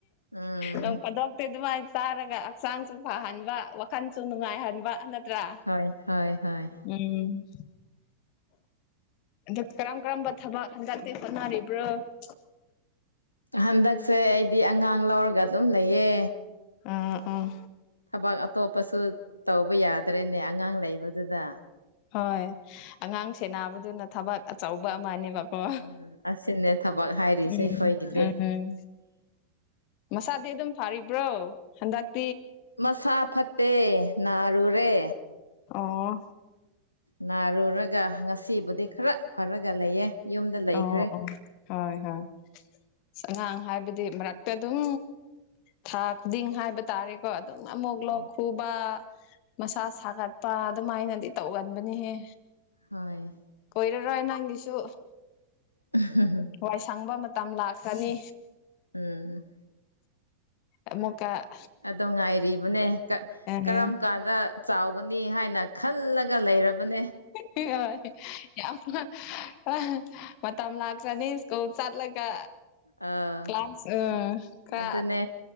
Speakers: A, on the left; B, on the left.
A: ꯎꯝ
B: ꯅꯪ ꯄꯗꯞ ꯑꯗꯨꯃꯥꯏꯅ ꯆꯥꯔꯒ ꯍꯛꯆꯥꯡꯁꯨ ꯐꯍꯟꯕ ꯋꯥꯈꯜꯁꯨ ꯅꯨꯡꯉꯥꯏꯍꯟꯕ ꯅꯠꯇ꯭ꯔꯥ
A: ꯍꯣꯏ ꯍꯣꯏ ꯍꯣꯏ
B: ꯎꯝ ꯑ ꯀꯔꯝ ꯀꯔꯝꯕ ꯊꯕꯛ ꯍꯟꯗꯛꯇꯤ ꯆꯣꯠꯅꯔꯤꯕ ꯭ꯔꯣꯉ
A: ꯍꯟꯗꯛꯁꯦ ꯑꯩꯗꯤ ꯑꯉꯥꯡ ꯂꯧꯔꯒ ꯑꯗꯨꯝ ꯂꯩꯌꯦ
B: ꯑꯥ ꯑꯥ
A: ꯊꯕꯛ ꯑꯇꯣꯞꯄꯁꯨ ꯇꯧꯕ ꯌꯥꯗ꯭ꯔꯦꯅꯦ ꯑꯉꯥꯡ ꯂꯩꯕꯗꯨꯗ
B: ꯍꯣꯏ ꯑꯉꯥꯡ ꯁꯦꯟꯅꯕꯗꯨꯅ ꯊꯕꯛ ꯑꯆꯧꯕ ꯑꯃꯅꯦꯕ ꯍ
A: ꯎꯝ ꯑꯁꯤꯅꯦ ꯊꯕꯛ ꯍꯥꯏꯔꯤꯁꯦ
B: ꯎꯝ
A: ꯑꯩꯈꯣꯏꯒꯤꯗꯤ
B: ꯎꯝ ꯃꯁꯥꯗꯤ ꯑꯗꯨꯝ ꯐꯔꯤꯕ꯭ꯔꯣ ꯍꯟꯗꯛ
A: ꯃꯁꯥ ꯐꯠꯇꯦ ꯅꯥꯔꯨꯔꯦ
B: ꯑꯣ
A: ꯅꯥꯔꯨꯔꯒ ꯉꯁꯤꯕꯨꯗꯤ ꯈꯔ ꯐꯔꯒ ꯂꯩꯌꯦ ꯌꯨꯝꯗ ꯂꯩꯈ꯭ꯔꯦ
B: ꯑꯣ ꯑꯣ ꯍꯣꯏ ꯍꯣꯏ ꯑꯉꯥꯡ ꯍꯥꯏꯕꯗꯤ ꯃꯔꯛꯇ ꯑꯗꯨꯝ ꯊꯥ ꯈꯨꯗꯤꯡ ꯍꯥꯏꯕ ꯇꯥꯔꯦꯀꯣ ꯑꯗꯨꯝ ꯑꯃꯨꯛ
A: ꯎꯝ
B: ꯂꯣ ꯈꯨꯕ ꯃꯁꯥ ꯁꯥꯒꯠ ꯄꯥ ꯑꯗꯨꯃꯥꯏꯅꯗꯤ ꯇꯧꯒꯟꯕꯅꯤꯍꯦ
A: ꯍꯣꯏ
B: ꯀꯣꯏꯔꯔꯣꯏ ꯅꯪꯒꯤꯁꯨ
A: ꯍ
B: ꯋꯥꯏ ꯁꯪꯕ ꯃꯇꯝ ꯂꯥꯛꯀꯅꯤ
A: ꯎꯝ
B: ꯑꯃꯃꯛ ꯀꯥ ꯑꯥ
A: ꯑꯗꯣ ꯉꯥꯏꯔꯤꯕꯅꯦ ꯀ ꯀꯔꯝ
B: ꯍꯣꯏ
A: ꯀꯥꯟꯗ ꯆꯥꯎꯒꯅꯤ ꯍꯥꯏꯅ ꯈꯜꯂꯒ ꯂꯩꯔꯕꯅꯦ
B: ꯍꯣꯏ ꯌꯥꯝꯅ ꯑ ꯃꯇꯝ ꯂꯥꯛꯆꯅꯤ ꯁ꯭ꯀꯨꯜ ꯆꯠꯂꯒ
A: ꯑꯥ
B: ꯀ꯭ꯂꯥꯁ ꯎ ꯀ
A: ꯑꯗꯨꯅꯦ